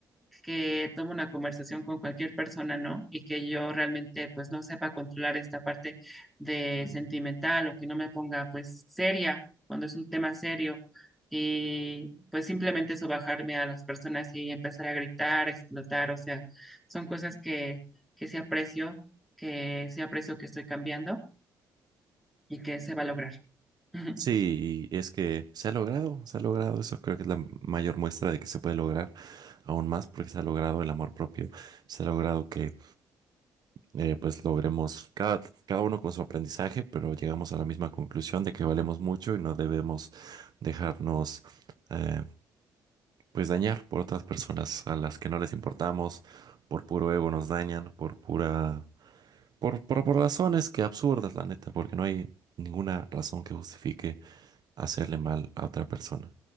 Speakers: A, in the centre; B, on the right.
A: que tome una conversación con cualquier persona, ¿no? Y que yo realmente pues no sepa controlar esta parte de sentimental o que no me ponga pues seria cuando es un tema serio y pues simplemente eso bajarme a las personas y empezar a gritar, a explotar, o sea, son cosas que, que sí aprecio, que sí aprecio que estoy cambiando y que se va a lograr. <laughs>
B: Sí, y es que se ha logrado, se ha logrado, eso creo que es la mayor muestra de que se puede lograr aún más porque se ha logrado el amor propio, se ha logrado que eh, pues logremos cada, cada uno con su aprendizaje, pero llegamos a la misma conclusión de que valemos mucho y no debemos dejarnos eh, pues dañar por otras personas a las que no les importamos, por puro ego nos dañan, por pura, por, por, por razones que absurdas, la neta, porque no hay ninguna razón que justifique hacerle mal a otra persona.